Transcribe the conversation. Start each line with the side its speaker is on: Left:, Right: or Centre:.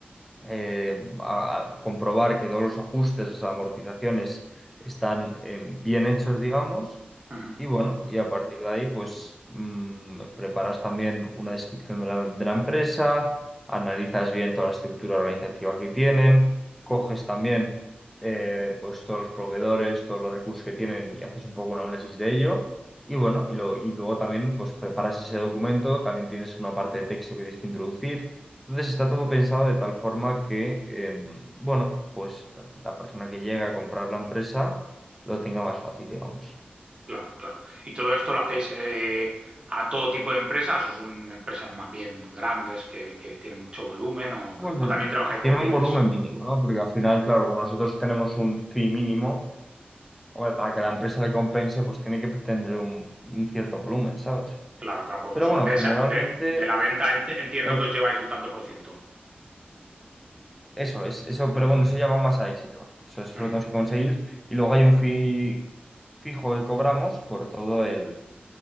Centre: eh, a comprobar que todos los ajustes, las amortizaciones están eh, bien hechos, digamos
Right: Ujú.
Centre: y bueno, y a partir de ahí, pues mm, preparas también una descripción de la, de la empresa, analizas bien toda la estructura organizativa que tienen, coges
Right: Ujú.
Centre: también eh, pues todos los proveedores, todos los recursos que tienen y haces un poco un análisis de ello. Y bueno, y, lo- y luego también pues preparas ese documento, también tienes una parte de texto que tienes que introducir. Entonces está todo pensado de tal forma que, em, bueno, pues la persona que llega a comprar la empresa lo tenga más fácil, digamos.
Right: Claro, claro. ¿Y todo esto lo hacéis eh, a todo tipo de empresas o son empresas más bien grandes que, que tienen mucho volumen o,
Centre: Bueno,
Right: o también trabajáis
Centre: tiene
Right: con pymes?
Centre: un volumen mínimo, ¿no? Porque al final, claro, como nosotros tenemos un fee mínimo, hombre, para que la empresa le compense, pues tiene que tener un, un cierto volumen, ¿sabes?
Right: Claro, claro, porque
Centre: Pero
Right: vosotros
Centre: bueno,
Right: de,
Centre: generalmente
Right: esa- de, de la venta ent- entiendo
Centre: hay-
Right: que os lleváis un tanto por ciento.
Centre: eso es, eso, pero bueno, eso ya va más a éxito. O sea, eso
Right: Ujú,
Centre: lo tenemos que conseguir. Y luego hay un fee fijo que cobramos por todo el,